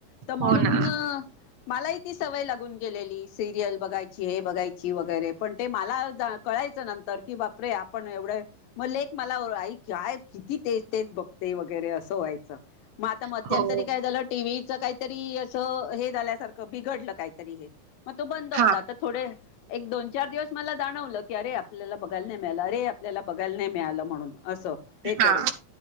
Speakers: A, on the left (about 85°); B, on the right (about 70°).
A: तर म्हणून
B: हो ना.
A: मलाही ती सवय लागून गेलेली सिरियल बघायची हे बघायची वगैरे पण ते मला जा कळायचं नंतर की बापरे आपण एवढं मग लेक मला आई काय किती तेच तेच बघते वगैरे असं व्हायचं. मग आता मध्यंतरी
B: हो
A: काय झालं टी व्ही च काई तरी असं हे झाल्यासारखं बिघडलं काहीतरी हे मग तो बंद होता
B: हा
A: तर थोडे एक दोन चार दिवस मला जाणवलं की अरे आपल्याला बघायला नाही मिळालं अरे आपल्याला बघायला नाही मिळालं म्हणून असं. हे करून
B: हा